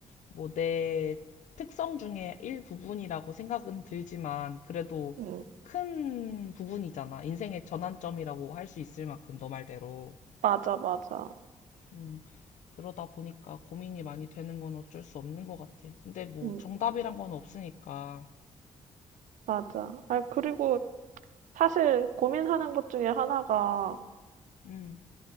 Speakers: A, on the left; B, on the right.
A: 뭐 내 특성 중에 일부분이라고 생각은 들지만 그래도
B: 음.
A: 큰 부분이잖아. 인생의 전환점이라고 할 수 있을 만큼 너 말대로.
B: 맞아, 맞아.
A: 음, 그러다 보니까 고민이 많이 되는 건 어쩔 수 없는 것 같아. 근데 뭐
B: 음.
A: 정답이란 건 없으니까.
B: 맞아. 아 그리고 사실 고민하는 것 중에 하나가
A: 음,